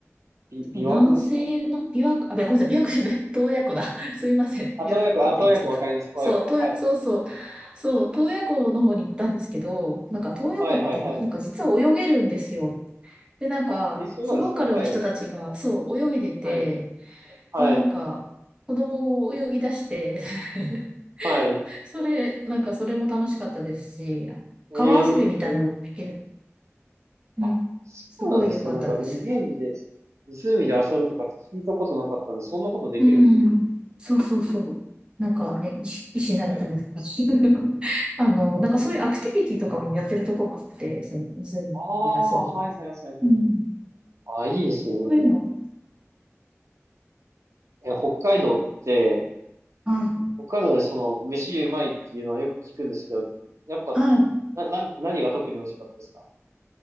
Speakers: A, on the right; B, on the right.
A: び、
B: 南西の琵琶湖、
A: 琵琶湖ですか
B: あ、ごめんなさい、琵琶湖じゃない、<laughs> 洞爺湖だ。<laughs> すいません、
A: あ、洞爺湖、
B: 琵琶湖って言っちゃった。
A: あ、洞爺湖わかります、洞爺湖。
B: そう、洞爺、
A: はい。
B: そうそう、そう、洞爺湖の方に行ったんですけど、なんか洞爺湖って、
A: はいはいはい。
B: なんか実は泳げるんですよ。で、なんか、
A: あ、え、そうなんですかはい。
B: そうローカルの人たちが、そう、泳いでて、
A: はい。はい。
B: で、なんか、子供も泳ぎ出して、<laughs>
A: はい。
B: それ、なんかそれも楽しかったですし、川遊びみたいなのもできる。
A: ええ
B: うん。
A: あ、そうなんですね。
B: すごい良かったです
A: なんか湖で、湖で遊ぶとかって聞いたことなかったんで、そんなことできるんですね。
B: うん。そうそうそう。なんかね、石、石投げたりとか。
A: はい。
B: <laughs> あの、なんかそういうアクティビティとかもやってるとこもあって、その湖で遊ぶのに。
A: ああ、はいはいはいはいはい。
B: うん。
A: あ、いいですね。
B: そういうのは、
A: え、北海道って、
B: あ、
A: 北海道でその、飯うまいっていうのはよく聞くんですけど、やっぱ、
B: あ、
A: な、な、何が特に美味しかったですか